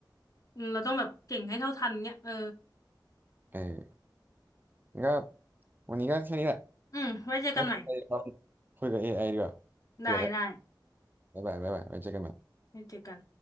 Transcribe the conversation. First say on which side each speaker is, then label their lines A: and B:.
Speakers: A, on the left; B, on the right.
A: อืมเราต้องแบบเก่งให้เท่าทันเนี่ยเออ
B: เอองั้นก็วันนี้ก็แค่นี้แหละ
A: อืมไว้เจอกันใหม่
B: ไว้ไปลองคุยกับ AI ดีกว่า
A: ได้ได้
B: เบื่อแล้ว บ๊ายบายบ๊ายบายไว้เจอกันใหม่
A: ไว้เจอกัน